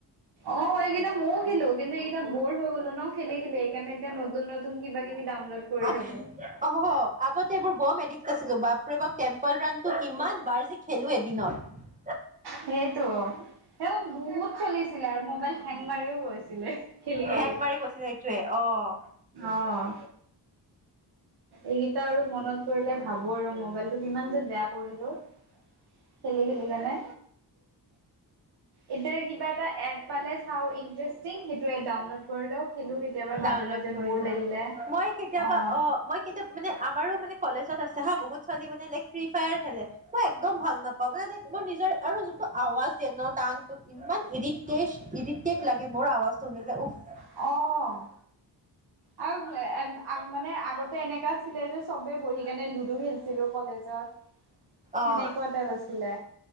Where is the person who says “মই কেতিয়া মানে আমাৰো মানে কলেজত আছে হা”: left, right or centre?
Right